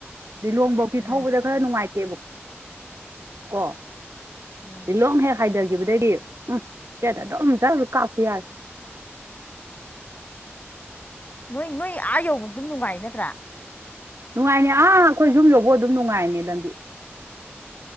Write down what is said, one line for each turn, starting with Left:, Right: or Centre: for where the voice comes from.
Right: ꯂꯤꯂꯣꯡꯕꯧꯗꯤ
Left: ꯎꯝ
Right: ꯊꯧꯕꯗ ꯈꯔ ꯅꯨꯡꯉꯥꯏꯇꯦꯕ ꯀꯣ
Left: ꯎꯝ
Right: ꯂꯤꯂꯣꯡ ꯍꯦꯛ ꯍꯥꯏꯊꯈꯤꯕꯗꯩꯗꯤ ꯎꯝ ꯁ꯭ꯇꯔꯦꯠ ꯑꯗꯨꯝ ꯀ ꯄꯤꯌꯥꯔ
Left: ꯅꯣꯏ ꯅꯣꯏ ꯑꯥ ꯌꯧꯕ ꯑꯗꯨꯝ ꯅꯨꯡꯉꯥꯏ ꯅꯠꯇ꯭ꯔꯥ
Right: ꯅꯨꯡꯉꯥꯏꯅꯦ ꯑꯥ ꯑꯩꯈꯣꯏ ꯌꯨꯝ ꯌꯧꯕꯧ ꯑꯗꯨꯝ ꯅꯨꯡꯉꯥꯏꯅꯦ ꯂꯝꯕꯤ